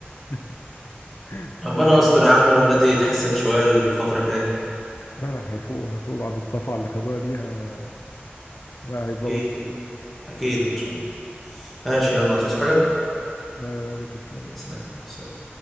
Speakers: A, on the left; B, in the centre.
A: <laughs>
B: <laughs> ربنا
A: دي
B: يستر
A: برضه
B: يا عم والنادي يتحسن شويه الفتره الجايه
A: لا لا هيفوقوا هيفوقوا بعد الصفعة اللي خدوها دي ه... لا هيتظبطوا
B: اكيد اكيد ان شاء الله ماشي يلا تصحى حاجه
A: لا لا تسلم
B: سلام سلام.